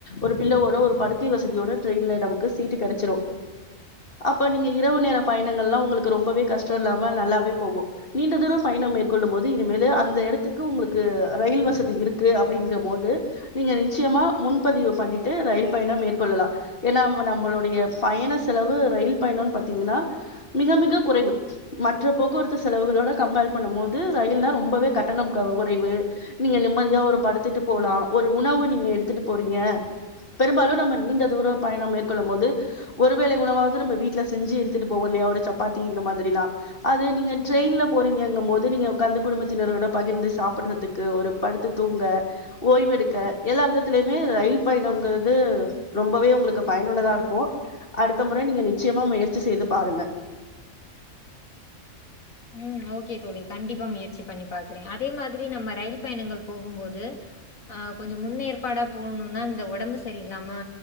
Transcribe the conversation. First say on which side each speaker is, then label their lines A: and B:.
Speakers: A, on the left; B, on the left.
A: ஒரு பிள்ளோவோட ஒரு படுக்கை வசதியோட ட்ரெயின்ல நமக்கு சீட்டு கெடச்சிடு அப்ப நீங்க இரவு நேர பயணங்கள்ல்லா உங்களுக்கு ரொம்பவே கஷ்டோ இல்லாம நல்லாவே போகு நீண்ட தூரம் பயணம் மேற்கொள்ளும் போது இனிமேலு அந்த எடத்துக்கு உங்களுக்கு ரயில் வசதி இருக்கு அப்டிங்கற போது நீங்க நிச்சயமா முன்பதிவு பண்ணிட்டு ரயில் பயணம் மேற்கொள்ளலா ஏன்னா நம்மளுடைய பயண செலவு ரயில் பயணோ பாத்தீங்கன்னா மிக மிக குறைவு மற்ற போக்குவரத்து மத்த செலவுகளோட கம்பேர் பண்ணும் போது ரயில் தா ரொம்பவே கட்டணம் க குறைவு நீங்க நிம்மதியா ஒரு படுத்துட்டு போலா ஒரு உணவு நீங்க எடுத்துட்டு போறீங்க பெரும்பாலு நம்ம நீண்ட தூர பயணம் மேற்கொள்ளும் போது ஒருவேளை உணவாவது நம்ம வீட்டுல செஞ்சு எடுத்துட்டு போவோ இல்லயா ஒரு சப்பாத்தி இந்த மாதிரில்லா அது நீங்க
B: ம்
A: ட்ரெயின்ல போறீங்கங்கும் போது நீங்க உக்காந்து குடும்பத்தினரோட பகிர்ந்து சாப்டுறதுக்கு ஒரு படுத்து தூங்க ஓய்வு எடுக்க எல்லா விதத்துலயுமே ரயில் பயணங்கிறது ரொம்பவே உங்களுக்கு பயனுள்ளதா இருக்கு அடுத்த மொறை நீங்க நிச்சயமா முயற்சி செய்து பாருங்க
B: ம் ஓகே தோழி கண்டிப்பா முயற்சி பண்ணி பாக்குறே அதே மாதிரி நம்ம ரயில் பயணங்கள் போகும்போது ஆ கொஞ்ச முன்னேற்பாடா போணும்னா இந்த ஒடம்பு சரியில்லாம